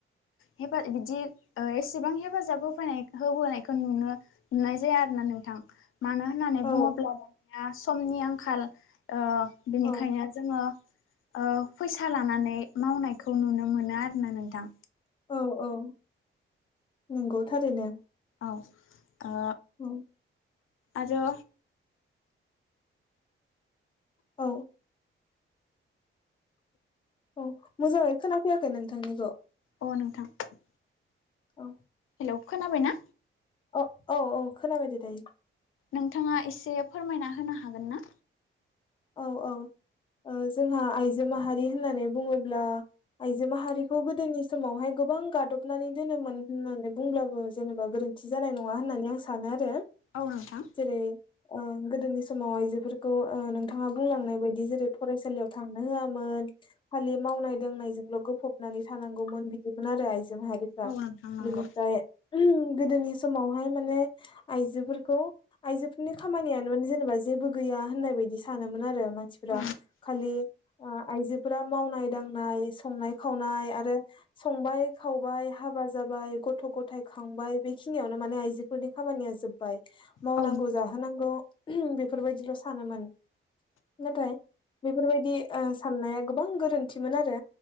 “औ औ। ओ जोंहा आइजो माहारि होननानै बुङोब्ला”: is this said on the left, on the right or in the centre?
Left